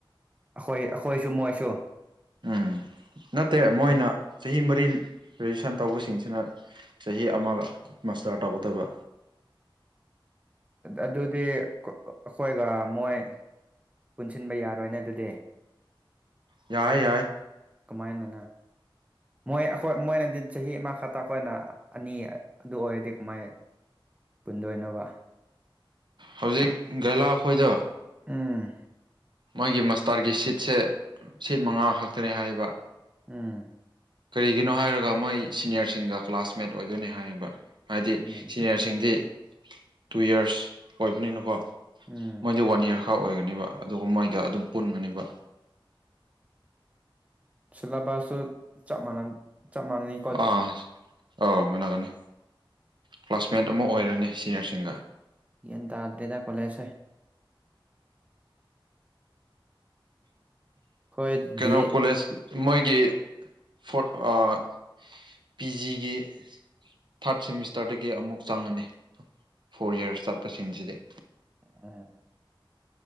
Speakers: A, on the right; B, on the right.
A: ꯑꯩꯈꯣꯏ ꯑꯩꯈꯣꯏꯁꯨ ꯃꯣꯏꯁꯨ
B: ꯎꯝ ꯅꯠꯇꯦ ꯃꯣꯏꯅ ꯆꯍꯤ ꯃꯔꯤ ꯒ꯭ꯔꯦꯖꯨꯌꯦꯁꯟ ꯇꯧꯕꯁꯤꯡꯁꯤꯅ ꯆꯍꯤ ꯑꯃꯒ ꯃꯥꯁꯇꯔ ꯇꯧꯒꯗꯕ
A: ꯑꯗꯨꯗꯤ ꯑꯩꯈꯣꯏꯒ ꯃꯣꯏ ꯄꯨꯟꯁꯤꯟꯕ ꯌꯥꯔꯣꯏꯅꯦ ꯑꯗꯨꯗꯤ
B: ꯌꯥꯏ ꯌꯥꯏ
A: ꯀꯃꯥꯏꯅꯅ ꯃꯣꯏ ꯑꯩꯈꯣꯏ ꯃꯣꯏꯅꯗꯤ ꯆꯍꯤ ꯑꯃ ꯈꯇꯥ ꯑꯈꯣꯏꯅ ꯑꯅꯤ ꯑꯗꯨ ꯑꯣꯏꯔꯗꯤ ꯀꯃꯥꯏ ꯄꯨꯟꯗꯣꯏꯅꯣꯕ
B: ꯍꯧꯖꯤꯛ ꯒꯦꯂꯥꯈꯣꯏꯗꯣ
A: ꯎꯝ
B: ꯃꯣꯏꯒꯤ ꯃꯁꯇꯥꯔꯒꯤ ꯁꯤꯠꯁꯦ ꯁꯤꯠ ꯃꯉꯥ ꯈꯛꯇꯅꯦ ꯍꯥꯏꯌꯦꯕ
A: ꯎꯝ
B: ꯀꯔꯤꯒꯤꯅꯣ ꯍꯥꯏꯔꯒ ꯃꯣꯏ ꯁꯤꯅꯤꯌꯔꯁꯤꯡꯒ ꯀ꯭ꯂꯥꯁꯃꯦꯠ ꯑꯣꯏꯗꯣꯏꯅꯤ ꯍꯥꯏꯌꯦꯕ ꯍꯥꯏꯗꯤ
A: ꯎꯝ
B: ꯁꯤꯅꯤꯌꯔꯁꯤꯡꯗꯤ ꯇꯨ ꯌꯔꯁ ꯑꯣꯏꯕꯅꯤꯅꯀꯣ
A: ꯎꯝ
B: ꯃꯣꯏꯗꯤ ꯋꯥꯟ ꯌꯥꯔ ꯈꯔ ꯑꯣꯏꯒꯅꯦꯕ ꯑꯗꯨꯒ ꯃꯣꯏꯒ ꯑꯗꯨꯝ ꯄꯨꯟꯕꯅꯦꯕ
A: ꯁꯤꯂꯦꯕꯥꯁꯁꯨ ꯆꯞ ꯃꯅꯥ ꯆꯞ ꯃꯥꯟꯅꯅꯤ
B: ꯑꯥ ꯑꯧ ꯃꯟꯅꯒꯅꯤ ꯀ꯭ꯂꯥꯁꯃꯦꯠ ꯑꯃꯨꯛ ꯑꯣꯏꯔꯅꯤ ꯁꯤꯅꯤꯌꯔꯁꯤꯡꯒ
A: ꯒꯌꯥꯟꯇꯥꯗꯦꯗ ꯀꯣꯂꯦꯖꯁꯦ ꯍꯣꯏ
B: ꯀꯩꯅꯣ
A: ꯗꯤ
B: ꯀꯣꯂꯦꯖ ꯃꯣꯏꯒꯤ ꯐꯣꯔꯠ ꯑꯥ ꯄꯤꯖꯤꯒꯤ ꯊꯥꯔꯠ ꯁꯦꯃꯤꯁꯇꯔꯗꯒꯤ ꯑꯃꯨꯛ ꯆꯪꯉꯅꯤ ꯐꯣꯔ ꯌꯔꯁ ꯆꯠꯄꯁꯤꯡꯁꯤꯗꯤ
A: <unintelligible>